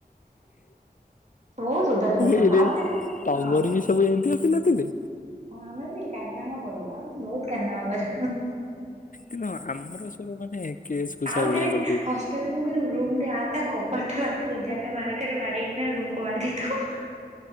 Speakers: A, on the right; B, on the left.
A: ବହୁତ ସୋଦା ଶୁଣୁ
B: ଇରେ
A: ଆମେ ଆଉଥରେ
B: ତମର
A: ହଁ
B: ବି ସବୁ ଏମିତିଆ ପିଲାଥିଲେ।
A: ହଁ ଆମେ ବି କାରନାମା କରୁ ଆମେ ବହୁତ କାରନାମା କରୁ।
B: କିନ୍ତୁ ଆମର ସବୁ ମାନେ କେସ୍ କୁସା
A: ଆଉଥରେ
B: ଭଳିଆ କରିଦଉଥିଲେ।
A: ହଷ୍ଟେଲରେ କଣ କରିବୁ ରୁମରେ ଆ ତା କବାଟ ରାତି ଏଗାରଟା ବାରଟାରେ ବାଡ଼େଇ କିନା ରୁମ କବାଟ ଦେଇଦୋଉ।